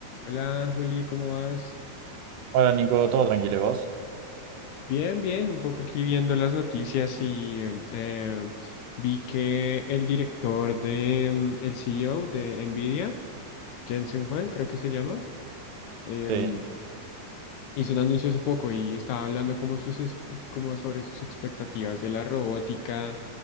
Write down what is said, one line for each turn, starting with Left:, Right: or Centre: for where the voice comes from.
Left: Hola Juli, ¿cómo vas?
Right: Hola Nico, todo tranquilo, ¿y vos?
Left: Bien, bien, un poco aquí viendo las noticias y em, eh, vi que el director de, em, el CEO de Nvidia, Jensen Huang, creo que se llama, em,
Right: Sí.
Left: hizo un anuncio hace poco y estaba hablando como, sus, es- como sobre sus expectativas de la robótica